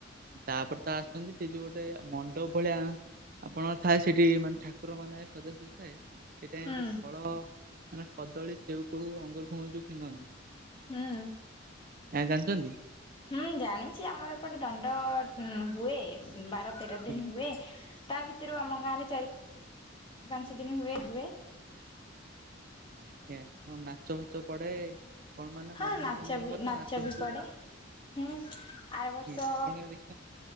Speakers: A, on the right; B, on the left.
A: ତାପରେ ତା ଆସୁଛନ୍ତି ସେ ଯୋଉ ଗୋଟେ ମଣ୍ଡପ ଭଳିଆ ଆପଣ ଥାଏ ସେଠି, ମାନେ ଠାକୁର ମାନେ ସଜାସଜ ଥାଏ। ସେଟା
B: ହୁଁ
A: ଯୋଉ ଫଳ, ମାନେ କଦଳୀ, ସେଉ ଫେଉ ଅଙ୍ଗୁର ଫଙ୍ଗୁର ଯୋଉ ଫିଗନ୍ତି।
B: ନା।
A: ଆଁ ଜାଣିଛନ୍ତି?
B: ହୁଁ ଜାଣିଛି ଆମର ଏପଟେ ଦଣ୍ଡ ହୁଏ। ବାର ତେର
A: ଆଜ୍ଞା
B: ଦିନ ହୁଏ, ତା ଭିତରୁ ଆମ ଗାଁରେ ଚାରି ପାଞ୍ଚ ଦିନ ହୁଏ ହୁଏ।
A: ଆଜ୍ଞା ନାଚ ଫାଚ ପଡେ କଣ ମାନେ
B: ହଁ
A: ମନୋରଞ୍ଜନ
B: ନାଚଚା ବି
A: କରିଥାଏ
B: ନାଚ
A: ଫାଚ
B: ବିି
A: ବି
B: ପଡେ। ହୁଁ ଆର
A: ଆଜ୍ଞା
B: ବର୍ଷ
A: ଆପଣ କେବେ ଦେଖିଛନ୍ତି?